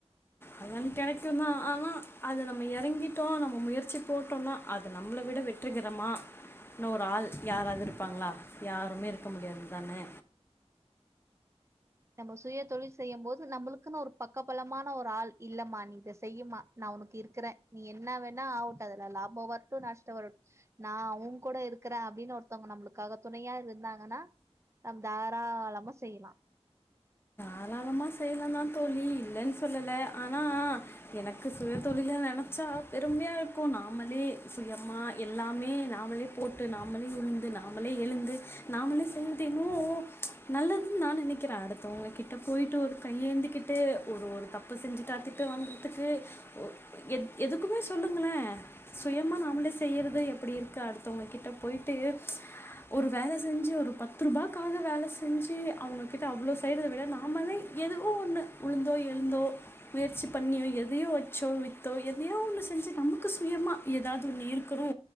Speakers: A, on the left; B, on the right.
A: பலன் கெடைக்குந்தா ஆனா அது நம்ம எறங்கிட்டோ நம்ம முயற்சி போட்டோனா அது நம்ள விட வெற்றிகறமா இன்னு ஒரு ஆள் யாராவது இருப்பாங்ளா யாருமே இருக்க முடியாது தானே
B: நம்ம சுய தொழில் செய்யும் போது நம்ளுக்குனு ஒரு பக்கபலமான ஒரு ஆள் இல்லமா நீ இத செய்யுமா நா உனக்கு இருக்கறே நீ என்ன வேணா ஆவுட்டு அதல லாபோ வரு ட்டு நஷ்டவருட் நா ஊங் கூட இருக்கற அப்டினு ஒருத்தவுங்க நம்ளுக்காக துணையா இருந்தாங்கனா நம் தாராளமா செய்யலா
A: தாராளமா செய்லாந்தாந் தோழி இல்லன் சொல்லல ஆனா எனக்கு சுயத்தொழில நெனச்சா பெரும்மியா இருக்கோ நாம்மளே சுயமா எல்லாமே நாமளேப் போட்டு நாமளே வுழுந்து நாமளே எழுந்து நாமளு செயல்தினோ நல்லதுன் நா நெனைக்கிறே அடுத்தவுங்க கிட் கிட்ட போய்ட்டு ஒரு கையேந்திகிட்டு ஒரு ஒரு தப்பு செஞ்சிட்டா திட்டு வங்கறதுக்கு ஒ எத் எதுக்குமே சொல்லுங்களே சுயமா நாமளே செய்றது எப்டி இருக்கு அடுத்தவுங்க கிட்ட போயிட்டு ஒரு வேல செஞ்சு ஒரு பத்து ருபாக்காக வேல செஞ்சி அவுங்ககிட்ட அவ்ளோ செய்றத விட நா நம்மளே எதுவோ ஒன்னு உழுந்தோ எழுந்தோ முயற்சி பண்ணியோ எதையோ வெச்சோ வித்தோ எதையோ ஒன்னு செஞ்சு நமக்கு சுயமா எதாது ஒன்னு இருக்கனு